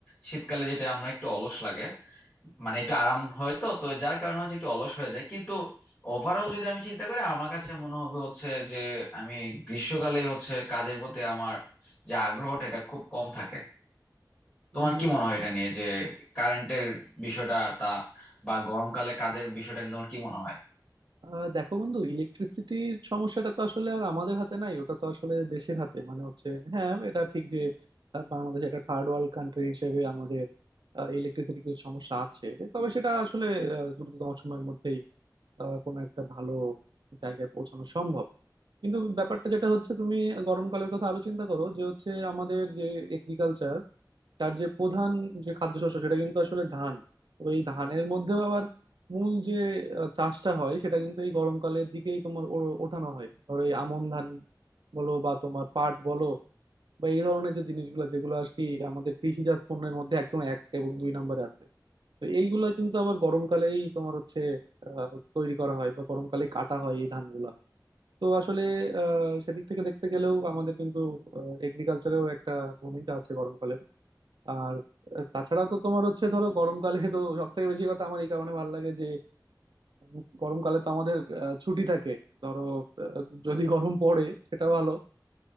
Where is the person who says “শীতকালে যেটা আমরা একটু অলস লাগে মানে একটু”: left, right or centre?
Left